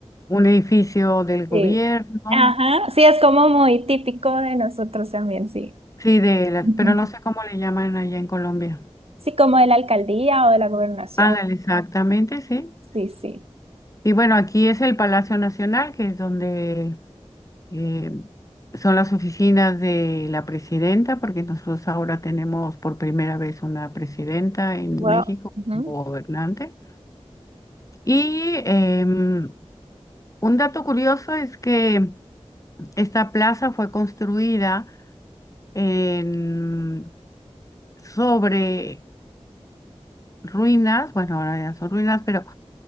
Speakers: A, on the left (about 30°); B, on the right (about 60°).
A: Un edificio del gobierno,
B: Sí. Ajá, sí, es como muy típico de nosotros también, sí.
A: sí, de la-
B: <laughs>
A: pero no sé cómo le llaman allá en Colombia.
B: Sí, como de la alcaldía o de la gobernación.
A: Ándale, exactamente, sí.
B: Sí, sí.
A: Y bueno, aquí es el Palacio Nacional, que es donde eh, son las oficinas de la presidenta, porque nosotros ahora tenemos por primera vez una presidenta en
B: Wow.
A: México
B: Ujú.
A: como gobernante. Y em, un dato curioso es que esta plaza fue construida en- sobre ruinas, bueno, ahora ya son ruinas, pero